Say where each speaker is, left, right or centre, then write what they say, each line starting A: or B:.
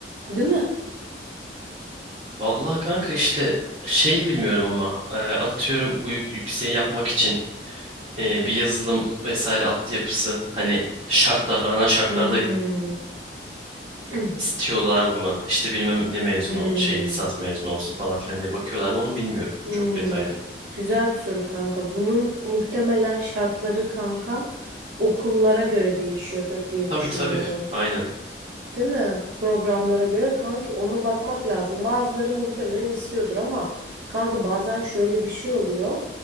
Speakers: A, on the right; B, on the right.
A: Değil mi?
B: Vallahi kanka işte şeyi bilmiyorum ama eee, atıyorum bu yük yükseği yapmak için eee, bir yazılım vesaire altyapısı hani şartlar aranan şartlarda
A: Hmm. <clears throat>
B: istiyorlar mı? İşte bilmem ne mezunu,
A: Hmm.
B: şey lisans mezunu olsun falan filan diye bakıyorlar mı onu bilmiyorum
A: Hmm,
B: çok detaylı.
A: güzel bir soru kanka. Bunun muhtemelen şartları kanka okullara göre değişiyordur diye
B: Tabii
A: düşünüyorum.
B: tabii. Aynen.
A: Değil mi? Programlara göre kanki ona bakmak lazım. Bazıları muhtemelen istiyordur ama kanka bazen şöyle bir şey oluyor.